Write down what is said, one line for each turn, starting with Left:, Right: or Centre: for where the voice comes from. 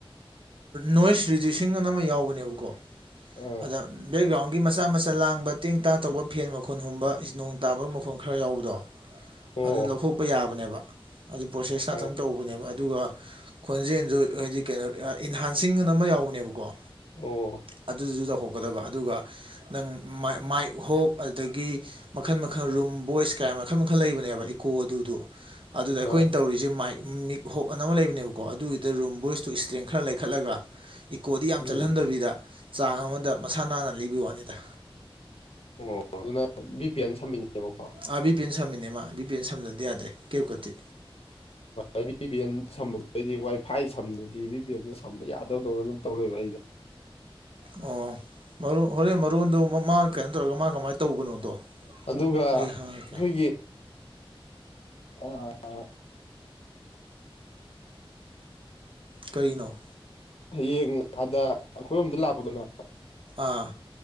Right: ꯅꯣꯏꯁ ꯔꯤꯗ꯭ꯌꯨꯁꯤꯡ ꯑꯅ ꯑꯃ ꯌꯥꯎꯕꯅꯦꯕꯀꯣ
Left: ꯑꯥ
Right: ꯑꯗ ꯕꯦꯛꯒ꯭ꯔꯥꯎꯟꯒꯤ ꯃꯆꯥ ꯃꯆꯥ ꯂꯥꯡꯕ ꯇꯦꯡ ꯇꯥ ꯇꯧꯕ ꯐꯦꯟ ꯃꯈꯣꯟ ꯍꯨꯝꯕ ꯏꯁ ꯅꯣꯡ ꯇꯥꯕ ꯃꯈꯣꯟ ꯈꯔ ꯌꯥꯎꯕꯗꯣ
Left: ꯑꯣ
Right: ꯑꯗꯨ ꯂꯧꯊꯣꯛꯄ ꯌꯥꯕꯅꯦꯕ ꯑꯗꯨ ꯄ꯭ꯔꯣꯁꯦꯁ
Left: ꯑꯣ
Right: ꯉꯥꯛꯇꯪ ꯇꯧꯕꯅꯦꯕ ꯑꯗꯨꯒ ꯈꯣꯟꯖꯦꯜꯁꯨ ꯍꯥꯏꯗꯤ ꯀꯩꯅꯣ ꯏꯟꯍꯥꯟꯁꯤꯡ ꯑꯃ ꯌꯥꯎꯕꯅꯦꯕꯀꯣ
Left: ꯑꯣ
Right: ꯑꯗꯨꯁꯨ ꯇꯧꯍꯧ ꯒꯗꯕ ꯒꯗꯨꯒ ꯅꯪ ꯃꯥꯢ ꯃꯥꯢ ꯍꯣꯞ ꯑꯗꯒꯤ ꯃꯈꯜ ꯃꯈꯜ ꯔꯨꯝ ꯚꯣꯢꯁ ꯀꯥꯏ ꯃꯈꯜ ꯃꯈꯜ ꯂꯩꯕꯅꯦꯕ ꯏꯀꯣ ꯑꯗꯨꯗꯨ ꯑꯗꯨꯗ ꯑꯩꯈꯣꯏꯅ
Left: ꯑꯥ
Right: ꯇꯧꯔꯤꯁꯦ ꯃꯥꯏꯛ ꯃꯤꯛ ꯍꯣꯛ ꯑꯅ ꯑꯃ ꯂꯩꯕꯅꯦꯕꯀꯣ ꯑꯗꯨꯒꯤꯗ ꯔꯨꯝ ꯕꯣꯏꯁꯇꯣ ꯇ꯭ꯔꯦꯡ ꯈꯔ ꯂꯩꯈꯠꯂꯒ ꯏꯀꯣꯗꯤ ꯌꯥꯝ
Left: ꯎꯝ
Right: ꯆꯠꯍꯟꯗꯕꯤꯗ ꯆꯥꯡ ꯑꯃꯗ ꯃꯁꯥ ꯅꯥꯟꯅ ꯂꯤꯕꯩ ꯋꯥꯅꯤꯗ
Left: ꯑꯣ ꯑꯗꯨꯅ ꯕꯤ ꯄꯤ ꯑꯦꯟ ꯁꯝꯃꯤꯅꯦꯕꯀꯣ
Right: ꯑꯥ ꯕꯤ ꯄꯤꯑꯦꯟ ꯁꯝꯃꯤꯅꯦ ꯃꯥ ꯕꯤ ꯄꯤꯑꯦꯟ ꯁꯝꯖꯟꯗ ꯌꯥꯗꯦ ꯀꯦꯞꯀꯠꯇꯤ
Left: ꯑ ꯕꯤ ꯄꯤ ꯑꯦꯜ ꯁꯝꯕꯗꯩꯗꯤ ꯋꯥꯏ ꯐꯥꯏ ꯁꯝꯗ꯭ꯔꯗꯤ ꯚꯤ ꯄꯤ ꯑꯦꯜꯗ ꯁꯝꯕ ꯌꯥꯗꯗꯧꯅ ꯑꯗꯨꯝ ꯇꯧ ꯂꯩꯕ ꯑꯩꯗꯣ <inaudible>
Right: ꯑꯣ ꯃꯔꯨ ꯍꯣꯔꯦꯟ ꯃꯔꯣꯟꯗꯣ ꯃꯥ ꯀꯩꯅꯣ ꯇꯧꯔꯒ ꯃꯥ ꯀꯃꯥꯏꯅ ꯇꯧꯕꯅꯣꯗꯣ
Left: ꯑꯗꯨꯒ ꯑꯩꯈꯣꯏꯒꯤ
Right: ꯑꯩ ꯍꯪꯉꯛꯀꯦ
Left: ꯑ ꯑ
Right: ꯀꯩꯅꯣ
Left: ꯍꯌꯦꯡ ꯑꯥꯗ ꯑꯩꯈꯣꯏꯔꯣꯝꯗ ꯂꯥꯛꯄꯗꯅꯦ
Right: ꯑꯥ